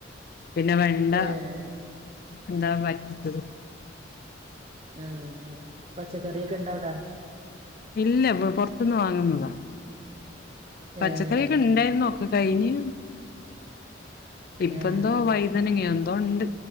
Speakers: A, on the left; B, on the right.
A: പിന്നെ വെണ്ട
B: ഏഹ്
A: എന്താ പറ്റിച്ചത്
B: ആ പച്ചക്കറിയൊക്കെ ഇണ്ടവിടാ
A: ഇല്ല ഇ പൊറത്തുന്ന് വാങ്ങുന്നതാ പച്ചക്കറിയൊക്കെ
B: ഏഹ്
A: ഉണ്ടായിരുന്നോക്ക് കഴിഞ്ഞ് ഇപ്പ
B: ഏഹ്
A: എന്തോ വൈതനങ്ങേ എ അതൊണ്ട്